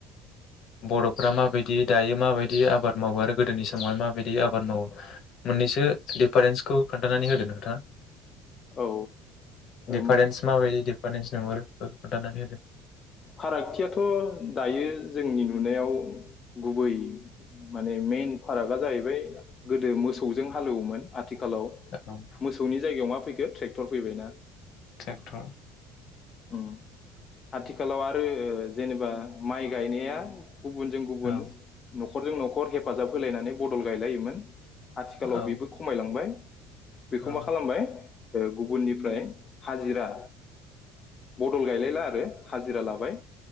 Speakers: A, on the left; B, on the left.
A: बर'फ्रा माबायदि दायो माबायदि आबाद मावो आरो गोदोनि समावहाय माबायदि आबाद मावो मोननैसो दिफारेन्सखौ खोनथानो होदो नोंथाङा
B: औ
A: दिफारेन्स
B: ओम
A: माबायदि दिफारेन्स लिंहरो बेफोरखौ खोन्थानानै होदो
B: फारागथियाथ' दायो जोंनि नुनायाव गुबै माने मेन फारागा जाहैबाय गोदो मोसौजों हालेवोमोन आथिखालाव
A: औ
B: मोसौनि जायगायाव मा फैगोन ट्रेक्टर फैबाय ना
A: ट्रेक्टर
B: उम आथिखालाव आरो जेनेबा माइ गायनाया गुबुनजों गुबुन
A: औ
B: न'खरजों न'खर हेफाजाब होलायनानै बदल गायलायोमोन आथिखालाव
A: औ
B: बेबो खमायलांबाय बेखौ
A: औ
B: मा खालामबाय गुबुननिफ्राय हाजिरा बदल गायलाय आरो हाजिरा लाबाय